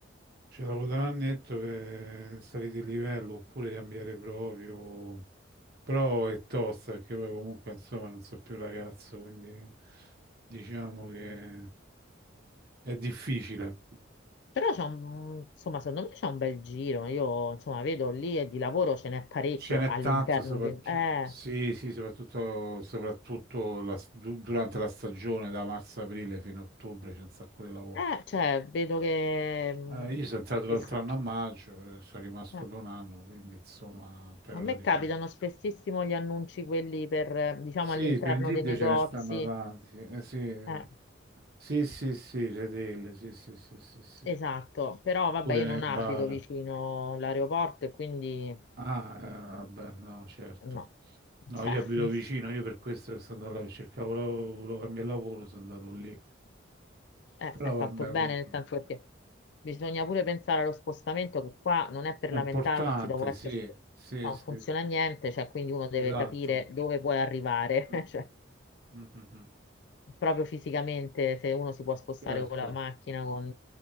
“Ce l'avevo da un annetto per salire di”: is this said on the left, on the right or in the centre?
Right